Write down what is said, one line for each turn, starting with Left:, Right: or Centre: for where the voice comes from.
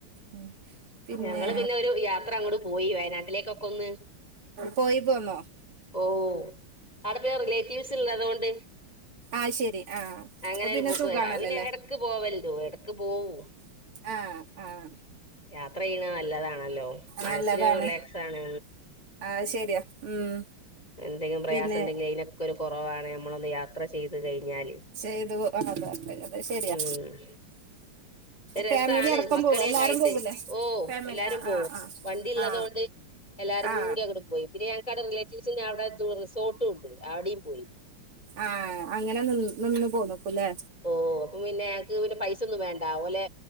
Right: ഉം പിന്നേ
Left: ഞങ്ങള് പിന്നെ ഒരു യാത്ര അങ്ങോട്ട് പോയി വയനാട്ടിലേക്കൊക്കെ ഒന്ന്
Right: പോയി പോന്നോ
Left: ഓ അവിടെ പിന്നെ റിലേറ്റീവ്സ് ഇള്ളതുകൊണ്ട്
Right: ആയ് ശരി ആഹ്
Left: അങ്ങനെ
Right: അപ്പൊ
Left: ഒരു
Right: പിന്നെ
Left: പോക്ക്
Right: സുഖാണല്ലോല്ലേ
Left: വേണം അവന് എടക്ക് പോവലുണ്ട് എടക്ക് പോവും
Right: ആഹ് ആഹ്
Left: യാത്ര ചെയ്യണത് നല്ലതാണ് ണല്ലോ മനസ്സിന്
Right: നല്ലതാണ്
Left: ഒരു റിലാക്സാണ്
Right: ആഹ് ശരിയാ ഉം
Left: എന്തെങ്കിലും പ്രയാസയൊണ്ടെങ്കില്
Right: പിന്നെ
Left: അയിനൊക്കെ ഒരു കൊറവാണ് നമ്മളൊന്ന് യാത്ര ചെയ്ത് കഴിഞ്ഞാൽ-
Right: ചെയ്തു അങ്ങനത്തെ അത് ശരിയാ
Left: ഉം രസാണ്
Right: ഫാമിലി അടക്കം
Left: മക്കളേക്കായിട്ട്
Right: പോവും എല്ലാരും പോവൂലേ
Left: ഓ
Right: ഫാമിലി
Left: എല്ലാരും
Right: ആ
Left: പോവും
Right: ആ
Left: വണ്ടി ഉള്ളതോണ്ട്
Right: ആ
Left: എല്ലാരും
Right: ആ ആ
Left: കൂടി അങ്ങട് പോയി പിന്നെ ഞങ്ങക്കവിടെ റിലേറ്റീവ്സിന്റെ അവിടെ റിസോർട്ടും ഉണ്ട് അവിടെയും പോയി
Right: ആഹ് അങ്ങനെ നിന്ന് നിന്ന് പോന്നൂ അപ്പൊ ഇല്ലേ
Left: ഓ അപ്പം പിന്നെ ഞങ്ങക്ക് പിന്നെ പൈസ ഒന്നും വേണ്ട ഓലെ